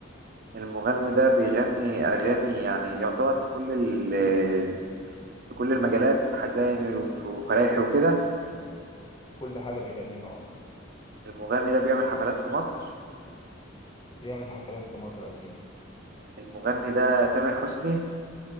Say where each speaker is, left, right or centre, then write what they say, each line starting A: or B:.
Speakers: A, on the right (about 50°); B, on the left (about 25°).
A: المغني ده بيغني أغاني يعني يعتبر في كل ال- في كل المجالات حزيني وف- وفرايحي وكده
B: كل حاجة بيغنيها اه
A: المغني ده بيعمل حفلات في مصر
B: بيعمل حفلات في مصر أكيد
A: المغني ده تامر حسني